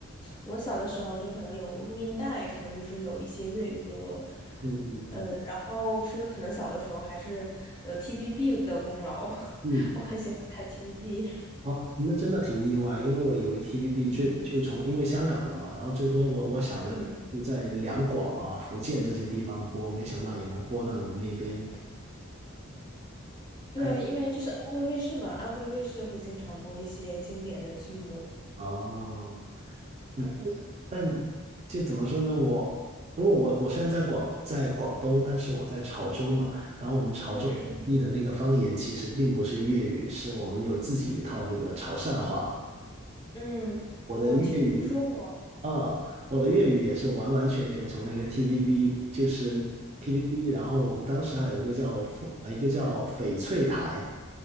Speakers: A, on the left; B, on the right.
A: 我小的时候就可能有录音带，可能就是有一些粤语歌，
B: 嗯嗯嗯，
A: 呃，然后是可能小的时候还是呃 TVB 的功劳，
B: 嗯
A: <laughs> 我很喜欢看 TVB
B: 哦，那真的挺意外，因为我以为 TVB
A: <laughs>。嗯
B: 最就从因为香港的嘛，然后最多我我想着就在两广啊、
A: 嗯，
B: 福建这些地方播，没想到也能播到你们那边。
A: 对，
B: 还
A: 因为就是安徽卫视嘛，安徽卫视会经常播一些经典的剧目。
B: 哦，嗯，
A: 嗯
B: 但就怎么说呢？我因为我我虽然在广在广东，但是我在潮州嘛，然后我们潮州本地的那个方言其实并不是粤语，
A: 嗯
B: 是我们有自己一套那个潮汕话。
A: 嗯嗯，
B: 我的粤语
A: 我听说过。
B: 啊，我的粤语也是完完全全从那个 TVB，就是 TVB，然后我们当时还有一个叫凤呃一个叫翡翠台，